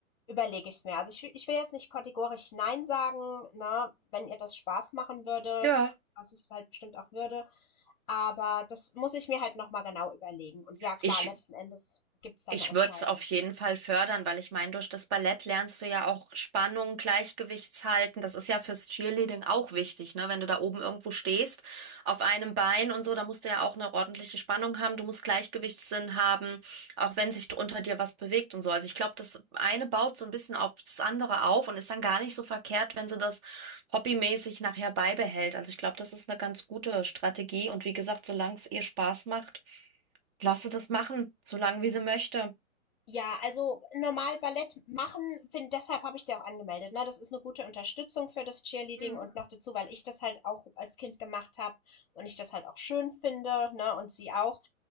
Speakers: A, on the left (about 35°); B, on the right (about 20°).
A: überlege ich es mir. Also ich, will- ich will jetzt nicht kategorisch Nein sagen, ne, wenn ihr das Spaß machen würde,
B: Ja,
A: was es halt bestimmt auch würde. Aber das muss ich mir halt nochmal genau überlegen. Und ja, klar,
B: ich
A: letzten Endes gibt's dann
B: Ich
A: eine Entscheidung.
B: würde es auf jeden Fall fördern, weil ich meine, durch das Ballett lernst du ja auch Spannung, Gleichgewichtshalten. Das ist ja fürs Cheerleading auch wichtig, ne? Wenn du da oben irgendwo stehst, auf einem Bein und so, da musst du ja auch eine ordentliche Spannung haben. Du musst Gleichgewichtssinn haben, auch wenn sich unter dir was bewegt und so. Also ich glaube, das eine baut so ein bisschen auf das andere auf und ist dann gar nicht so verkehrt, wenn sie das hobbymäßig nachher beibehält. Also ich glaube, das ist eine ganz gute Strategie. Und wie gesagt, solange es ihr Spaß macht, lasse das machen, solange wie sie möchte.
A: Ja, also normal Ballett machen, find, deshalb habe ich sie auch angemeldet. Ne? Das ist eine gute Unterstützung für das Cheerleading
B: Mhm.
A: und noch dazu, weil ich das halt auch als Kind gemacht habe und ich das halt auch schön finde, ne? Und sie auch.